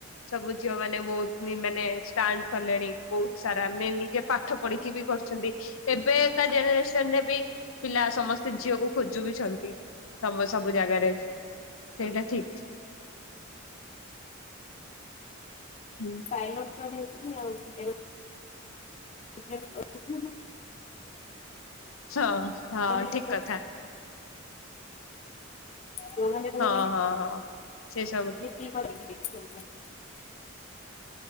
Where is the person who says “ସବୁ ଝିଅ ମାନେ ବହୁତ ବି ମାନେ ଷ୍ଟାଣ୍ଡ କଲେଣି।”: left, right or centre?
Left